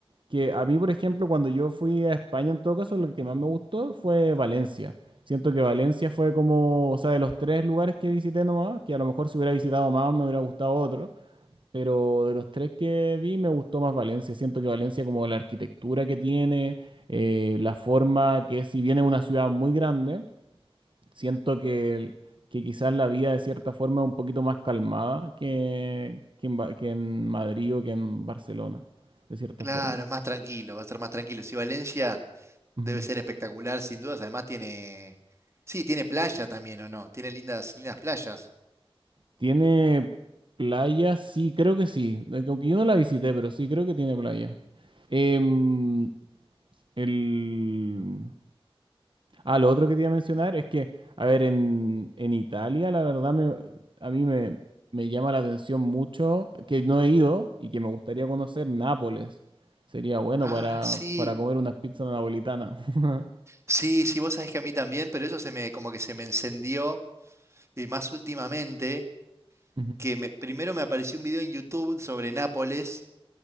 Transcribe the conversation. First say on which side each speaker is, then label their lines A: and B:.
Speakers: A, on the right (about 55°); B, on the right (about 30°).
A: que a mí, por ejemplo, cuando yo fui a España, en todo caso, lo que más me gustó fue Valencia. Siento que Valencia fue como, o sea, de los tres lugares que visité nomás, que a lo mejor si hubiera visitado más me hubiera gustado otro. pero de los tres que vi me gustó más Valencia. Siento que Valencia, como la arquitectura que tiene, eh, la forma que es, si bien es una ciudad muy grande, siento que, el- que quizás la vida de cierta forma es un poquito más calmada que, que en, Ba- que en Madrid o que en Barcelona, de cierta
B: Claro,
A: forma.
B: es más tranquilo, va a ser más tranquilo. Si Valencia
A: Ujú.
B: debe ser espectacular, sin dudas, además tiene... Sí, tiene playa también, ¿o no? Tiene lindas, lindas playas.
A: ¿Tiene playa? Sí, creo que sí. Aunque yo no la visité, pero sí creo que tiene playa. Em, el... Ah, lo otro que te iba a mencionar es que, a ver, en, en Italia, la verdad, me, a mí me, me llama la atención mucho que no he ido y que me gustaría conocer Nápoles. Sería bueno
B: Ah,
A: para,
B: sí.
A: para comer unas pizzas napolitanas. <laughs>
B: Sí, sí, vos sabés que a mí también, pero eso se me, como que se me encendió eh, más últimamente,
A: Ujú,
B: que me- primero me apareció un video en YouTube sobre Nápoles